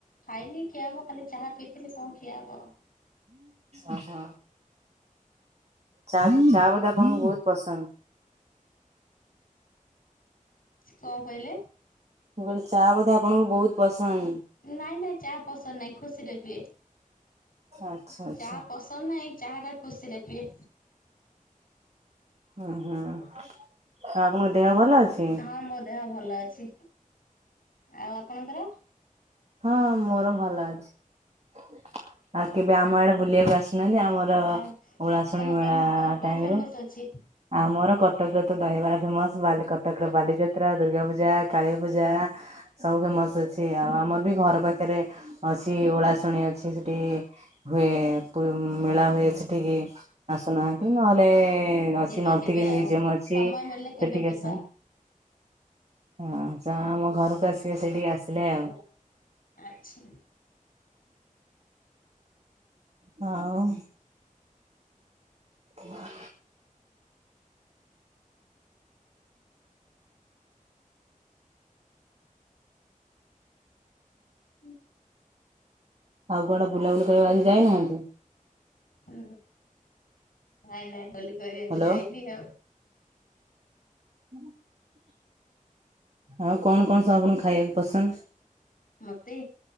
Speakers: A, on the left; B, on the right.
A: ଖାଇନି ଖିଆ ହବ ଖାଲି ଚାହା ପିଇଥିଲି, କଣ ଖିଆ ହବ।
B: ଓ ହୋ। ଚା ଚା ବୋଧେ ଆପଣଙ୍କୁ ବହୁତ ପସନ୍ଦ।
A: କଣ କହିଲେ?
B: ମୁଁ କହିଲି ଚା ବୋଧେ ଆପଣଙ୍କୁ ବହୁତ ପସନ୍ଦ।
A: ନାଇଁ ନାଇଁ ଚାହା ପସନ୍ଦ ନାହିଁ। ଖୁସିରେ ପିଏ,
B: ଆଚ୍ଛା ଆଚ୍ଛା
A: ଚା ପସନ୍ଦ ନାହିଁ। ଚାହା ଟା ଖୁସିରେ ପିଏ।
B: ହ ହୁଁ ହ ଆ ଆପଣଙ୍କ ଦେହ ଭଲ ଅଛି?
A: ହଁ ମୋ ଦେହ ଭଲ ଅଛି ଆଉ ଆପଣଙ୍କର?
B: ହଁ ମୋର ଭଲ ଅଛି। ଆଉ କେବେ ଆମ ଆଡେ ବୁଲିବାକୁ ଆସ ଉନାହାନ୍ତି ଆମର
A: ଆଚ୍ଛା
B: ଉଳାଶୁଣୀ
A: ତମେ
B: ମେଳା-ଆ-ଆ-ଆ
A: ତମ ତମର କଣ
B: ଟାଇମରେ।
A: ଫେମସ ଅଛି?
B: ଆମର କଟକରେ ତ ଦହିବାର ଫେମସ। ବାଲି କଟକର ବାଲିଯାତ୍ରା, ଦୁର୍ଗା ପୂଜା, କାଳୀ ପୂଜା। ସବୁ ଫେମସ ଅଛି। ଆଉ ଆମର ବି ଘର ପାଖରେ ଅଛି ଓଳା ଶୁଣି ଅଛି ସେଠିକି ହୁଏ ମେଳା ହୁଏ ସେଠିକି ଆସୁନା ନହେଲେ <unintelligible>
A: ଯ କେବେ ଆଉ
B: ମ୍ୟୁଜିୟମ ଅଛି
A: ସମୟ ମିଳିଲେ
B: ସେଠିକି
A: କେବେ ଯିବା।
B: ଆସନ୍ତୁ ହଁ ତ ଆମ ଘରକୁ ଆସିବେ ସେଇଠିକି ଆସିଲେ ଆଉ।
A: ଆଚ୍ଛା
B: ହଁ। ହ
A: ହୁଁ,
B: ଆଉ କୁଆଡେ ବୁଲାବୁଲି କରିବାକୁ ଆଜି ଯାଇନାହାନ୍ତି?
A: ହଁ ନାଇଁ ନାଇଁ ବୁଲା ବୁଲି କରିବାକୁ
B: ହ୍ୟାଲୋ
A: ଯାଇନି ଆଉ।
B: ଉ ହୁଁ। ଆଉ କଣ କଣ ସବୁ ଆପଣଙ୍କୁ ଖାଇବାକୁ ପସନ୍ଦ?
A: ମତେ,